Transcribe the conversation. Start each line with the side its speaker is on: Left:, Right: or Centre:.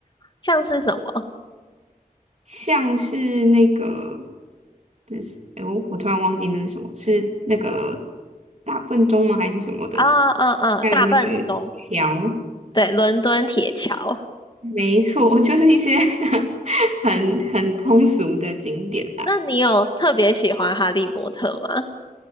Left: 像是什么？
Right: 像是那个，就是哦，我突然忘记那是什么，是那个大笨钟吗？还是什么的？
Left: 啊，嗯嗯，
Right: 还有那个
Left: 大笨钟，
Right: 桥。
Left: 对，伦敦铁桥。
Right: 没错，就是一些 <laughs> 很很通俗的景点啦。
Left: 那你有特别喜欢《哈利波特》吗？